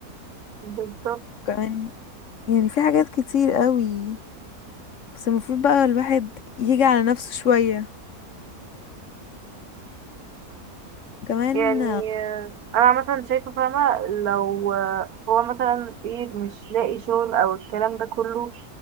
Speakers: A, on the right; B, on the left.
A: بالظبط
B: وكمان يعني في حاجات كتير قوي بس المفروض بقى الواحد يجي على نفسه شوية كمان
A: يعني آه، انا مثلا شايفه فاهمه لو آه، هو مثلا ايه مش لاقي شغل او الكلام ده كله